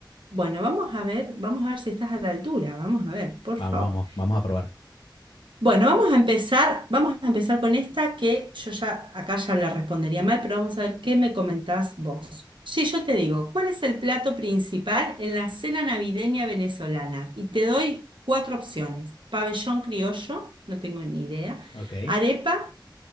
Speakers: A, on the right; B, on the left.
A: Bueno, vamos a ver, vamos a ver si estás a la altura, vamos a ver, por
B: Vamos,
A: favor.
B: vamos, vamos a probar.
A: Bueno, vamos a empezar, vamos a empezar con esta que yo ya acá ya la respondería mal, pero vamos a ver qué me comentás vos. Sí, yo te digo, ¿cuál es el plato principal en la cena navideña venezolana? Y te doy cuatro opciones: pabellón criollo, no tengo ni idea,
B: Ok.
A: arepa,